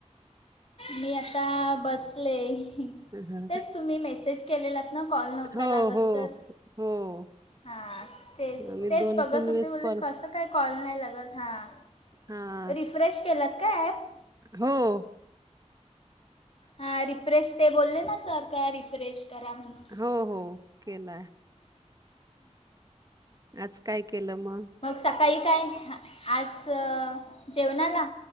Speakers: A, on the left; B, on the right.
A: मी आता बसलेय
B: ह
A: तेच तुम्ही मेसे''--'' सेज केलेलात ना कॉल नव्हता
B: हो,
A: लागत
B: हो,
A: तर.
B: हो.
A: हा तेच
B: आम्ही
A: तेच बघत
B: वेळेस
A: होते म्हणले
B: कॉल
A: कस. काही कॉल नाही लगत हा
B: हां.
A: रिफ्रेश केलात का ऍप.
B: हो,
A: हा रिफ्रेश ते बोलले ना सर का रिफ्रेश करा म्हणून.
B: हो हो, केलाय आज काय केलं मग.
A: सकाळी काय आज जेवणाला.